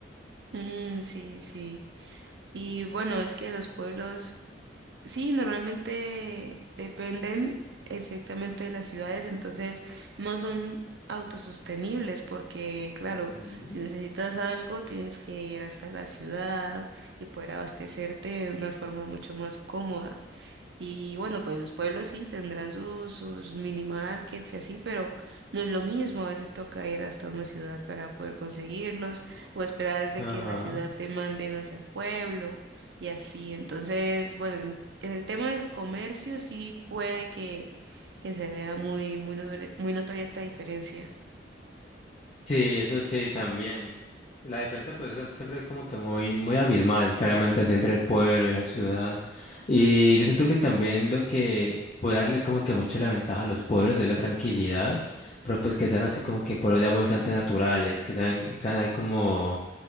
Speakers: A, on the right; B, on the left.
A: Mm, sí, sí. Y bueno, es que los pueblos Sí, normalmente dependen estrictamente de las ciudades, entonces no son autosostenibles porque, claro,
B: Ujú.
A: si necesitas algo tienes que ir hasta la ciudad y poder abastecerte de una forma mucho más cómoda. Y bueno, pues los pueblos sí tendrán sus, sus mini markets y así, pero no es lo mismo. A veces toca ir hasta una ciudad para poder conseguirlos o esperar de
B: Ajá.
A: que la ciudad te manden hacia el pueblo y así. Entonces, bueno, en, en el tema del comercio sí puede que, que se vea muy, muy notori- muy notoria esta diferencia.
B: Sí, eso sí, también. La diferencia pues es siempre como que muy, muy abismal, claramente así entre el pueblo y la ciudad. Y yo siento que también lo que puede darle como que mucho la ventaja a los pueblos es la tranquilidad, pero pues que sean así como que pueblos ya bastante naturales, que sean, sean ahí como